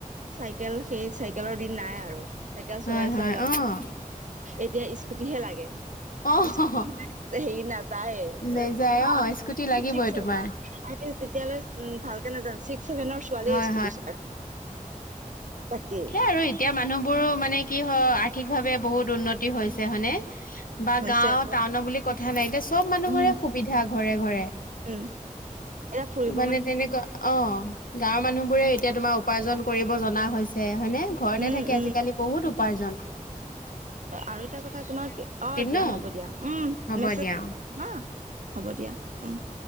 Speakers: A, on the right (about 60°); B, on the left (about 80°).
A: চাইকেল সেই চাইকেলৰ দিন নাই আৰু চাইকেল
B: হয়
A: চলাই
B: হয়
A: চোৱা ল'ৰা
B: অ',
A: এতিয়া স্কুটি হে লাগে
B: অ',
A: স্কুট হেৰি না যায়
B: নেযায়
A: ন
B: অ',
A: আমি
B: স্কুটি লাগিবই তোমাৰ।
A: তেতিয়ালৈ উ ভালকে নাযান ছেভেনৰ ছোৱালীয়ে
B: হয়
A: স্কুটি চলাই। তাকেই
B: সেই আৰু এতিয়া মানুহবোৰো মানে কি হয় আৰ্ থিক ভাৱে বহুত উন্নতি হৈছে, হয় নে? বা
A: হৈছে
B: গাওঁ,
A: আকৌ
B: টাউনৰ বুলি কথা নাই। এতিয়া চব মানুহৰে
A: উম
B: সুবিধা ঘৰে ঘৰে
A: উম এতিয়া ফুৰিব
B: মানে তেনেকুৱা, অ গাঁৱৰ মানুহবোৰে এতিয়া তোমাৰ উপাৰ্জন কৰিব জনা হৈছে, হয়নে? ঘৰতে
A: উম
B: থাকে
A: উম
B: আজিকালি বহুত উপ পাৰ্জন।
A: আৰু এটা কথা তোমাক, অ দিয়া
B: ন
A: হ'ব দিয়া, উম
B: হ'ব
A: মেছেজ
B: দিয়া অ'।
A: অ হ'ব দিয়া, উম।